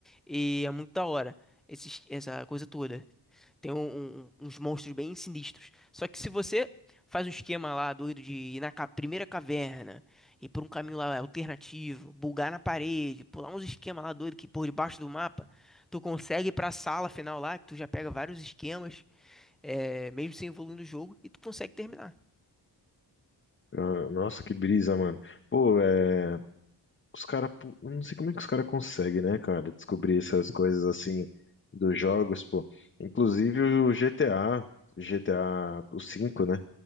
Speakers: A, in the centre; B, on the left (about 25°).
A: e é muito da hora, esses, essa coisa toda. Tem um- um- um, uns monstros bem sinistros. Só que se você faz um esquema lá doido de ir na ca- primeira caverna, ir por um caminho lá alternativo, bugar na parede, pular uns esquemas lá doido que por debaixo do mapa, tu consegue ir pra sala final lá, que tu já pega vários esquemas, é, mesmo sem evoluir no jogo, e tu consegue terminar.
B: Ah, Nossa, que brisa, mano. Pô, é. Os caras. não sei como é que os caras conseguem, né, cara? Descobrir essas coisas assim dos jogos, pô. Inclusive o GTA, GTA, o 5 né?